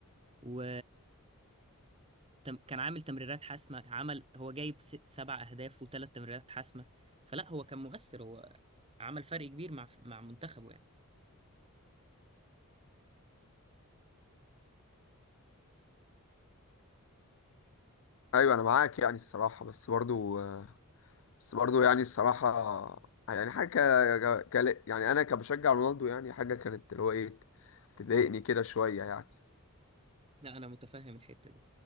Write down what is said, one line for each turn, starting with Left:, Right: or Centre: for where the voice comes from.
Right: و تم- كان عامل تمريرات حاسمة عمل هو جايب س- سبع اهداف وثلاث تمريرات حاسمة فلا هو كان مؤثر هو عمل فرق كبير مع مع منتخبه يعني
Left: ايوه انا معاك يعني الصراحه بس برضو بس برضه يعني الصراحة يعني حاجة ك... ك... يعني أنا كبشجع رونالدو يعني حاجة كانت اللي هو إيه تضايقني كده شوية يعني
Right: لا انا متفهم الحتة دي